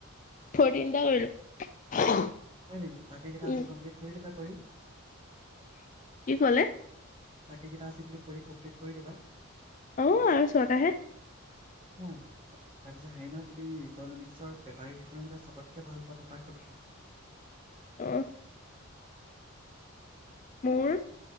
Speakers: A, on the left; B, on the right.
A: ফৰ্টিনটা কৰিলো।
B: হয়', নেকি বাকীকেইটা
A: উম
B: আজি কমপ্লিট কৰি দিবা কৰি?
A: কি কলে?
B: বাকী কেইটা আজি বোলো কৰি কমপ্লিট কৰি দিবা।
A: অ আৰু ছটাহে
B: অ',। তাৰপিছত হেৰি নহয়, তুমি ইনমিক্সৰ পেপাৰকেইখনৰ ভিতৰত চবতকৈ ভাল পোৱা পেপাৰ কোনখন?
A: অ',। মোৰ,